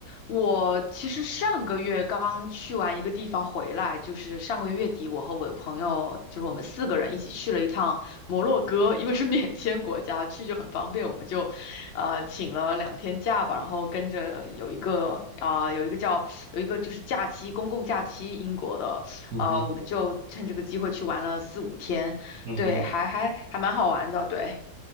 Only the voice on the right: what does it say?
嗯哼，
嗯哼。